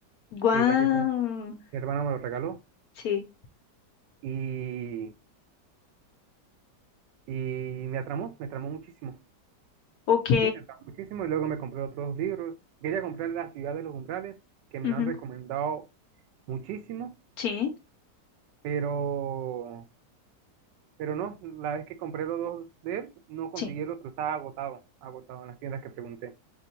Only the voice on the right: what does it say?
Sí, ya que fue un- mi hermano me lo regaló
y, y me atramó, me atramó muchísimo.
Sí, me pagó muchísimo y luego me compré otros dos libros. Quería comprar La ciudad de los umbrales, que me
lo han recomendado muchísimo,
pero, pero no, la vez que compré los dos de él, no conseguí
el otro, estaba agotado, agotado en las tiendas que pregunté.